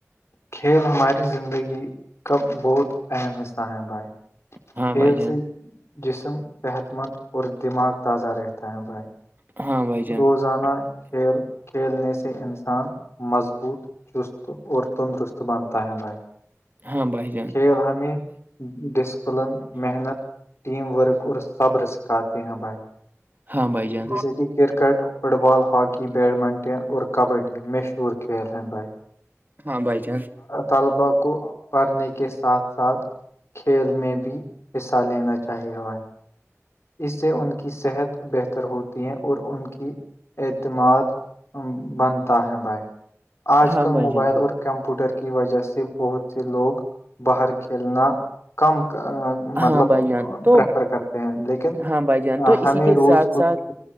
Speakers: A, on the left (about 55°); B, on the right (about 35°).
A: کھیل ہماری زندگی کا بہت اہم حصہ ہیں بھائی
B: ہاں
A: کھیل
B: بھائی جان
A: سے جسم صحت مند اور دماغ تازہ رہتا ہے بھائی
B: ہاں بھائی جان
A: روزانہ کھیل کھیلنے سے انسان مضبوط چست اور تندرست بنتا ہےائی
B: ہاں بھائی جان
A: کھیل ہمیں ڈسپلن محنت ٹیم ورک اور صبر سکھاتے ہیں بھائی
B: ہاں بھائی جان
A: جیسے کہ cricket football hockey badminton اور کبڈی مشہور کھیل ہند بائے
B: ہاں بائی چانس
A: طلبا کو پڑھنے کے ساتھ ساتھ کھیل میں بھی حصہ لینا چاہیےا ہے اس سے ان کی صحت بہتر ہوتی ہے اور ان کی اعتماد بنتا ہے بھائی آج
B: ہاں
A: کل
B: بھائی
A: موبائل
B: جان
A: اور کمپیوٹر کی وجہ سے بہت سے لوگ باہر کے کھیلنا کم
B: ہاں
A: مطلب
B: بھائی جان تو
A: پریفر کرتے ہیں لیکن
B: ہاں بھائی جان تو اسی
A: ہمیں
B: کے
A: روز
B: ساتھ
A: کچھ
B: ساتھ